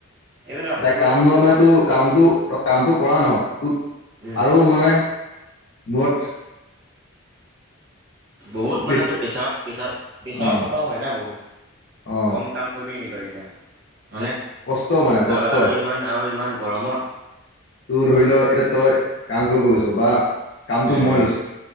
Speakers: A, on the right; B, on the left.
A: এইবিলাক সৰু
B: এটা
A: সুৰাকৈ
B: কাম লোৱা
A: সৰু
B: মানে
A: সৰু
B: তোৰ কামটো তই কামটো কৰা নহয় ত
A: উম।
B: আৰু মানে, মূৰত
A: বহুত
B: পিছ
A: মানে তোৰ প্ৰেছাৰত পেছাৰ প্ৰেছাৰত
B: অ
A: থকাও হয় না বহুত।
B: অ
A: কম কাম কৰিবি নেকি তই এতিয়া হয়নে,
B: কষ্ট মানে কষ্ট
A: আৰু আৰু ইমান আৰু ইমান গৰমত।
B: তোৰ ধৰি ল' এতিয়া তই কাম কৰিব গৈছোঁ বা কামটো
A: উম
B: মই
A: উম
B: লৈছোঁ।